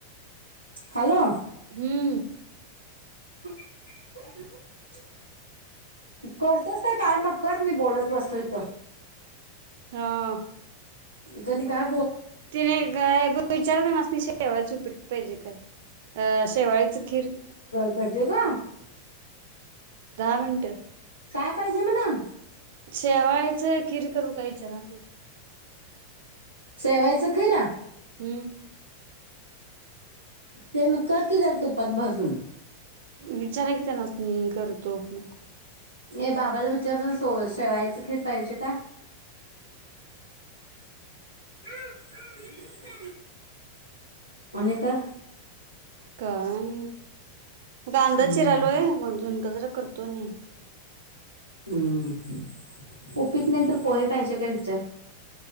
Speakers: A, on the left; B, on the right.
A: हॅलो..
B: हम्म.
A: ह <inaudible> <inaudible> करतोयस का काय मग, कर मी बोलत बसतोय हित.
B: हा.
A: जनी का.
B: तिने गायब. विचारता नस शेवाळच उप्पीट पाहिजे काय? अं शेवाळेचं खीर.
A: भजे ग.
B: दहा मिनटं.
A: काय पाहिजे म्हण.
B: शेवाय. खीर करू का विचारा?
A: शेवायचं खीर.
B: हम्म.
A: ते मग कर की जरा तुपात भाजून.
B: विचाराय की त्यांनास नी करतो मग.
A: ए बाबाला विचार सो.. शेवायचं खीर पाहिजे का? हा ह <inaudible> आनी का.
B: कान. कांदा
A: हम्म
B: चिरालोय मग झुनग जरा करत. कणी.
A: हम्म उपीट नाही तर पोहे पाहिजे काय विचार.